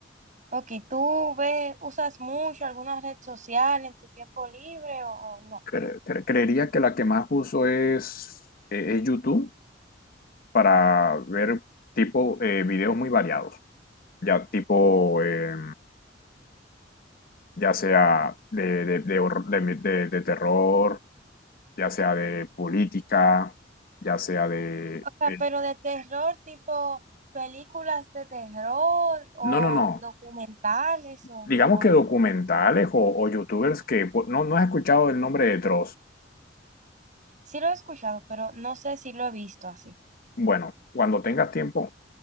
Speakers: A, on the right; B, on the left.
A: Ok, ¿tú ves, usas mucho alguna red social en tu tiempo libre o, o no?
B: Cre- cre- creería que la que más uso es, eh, es YouTube para ver tipo eh, videos muy variados, ya tipo, eh, ya sea de, de, de horror- de- de- de terror, ya sea de política, ya sea de...
A: O sea,
B: de-
A: pero de terror, tipo películas de terror o
B: no, no, no.
A: documentales o
B: digamos
A: con...
B: que documentales o, o youtubers que po- no, no has escuchado el nombre de Dross.
A: Sí lo he escuchado, pero no sé si lo he visto así.
B: Bueno, cuando tengas tiempo,